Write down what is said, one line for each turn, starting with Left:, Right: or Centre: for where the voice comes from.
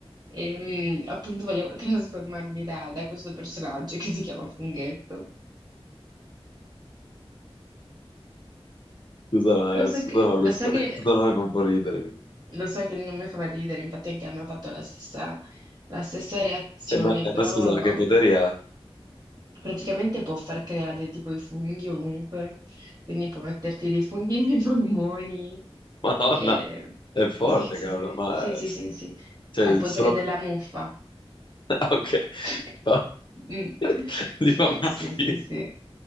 Right: E, mm, appunto volevo trasformarmi da, da questo personaggio che si chiama Funghetto.
Left: Scusa, ma-
Right: Lo so
Left: scusa,
Right: che,
Left: ma
Right: lo
Left: questo,
Right: so
Left: questo
Right: che
Left: nome fa un po' ridere.
Right: Lo so che non mi fa per ridere, infatti anche a me ha fatto la stessa, la stessa reazione,
Left: E ma, eh,
Right: però
Left: ma scusa, ma che poteri
Right: mm,
Left: ha?
Right: praticamente può far creare tipo i funghi ovunque, quindi può metterti dei funghi <laughs> nei polmoni.
Left: Madonna,
Right: e-
Left: è forte,
Right: Sì, sì, sì,
Left: cavolo. Ma,
Right: sì, sì, sì, sì, sì,
Left: cioè,
Right: al potere
Left: solo...
Right: della
Left: <laughs>
Right: muffa.
Left: Ah, Ok.
Right: <laughs>
Left: No,
Right: Mm.
Left: <laughs> Di
Right: Sì,
Left: mamma
Right: sì, sì,
Left: mia,
Right: sì,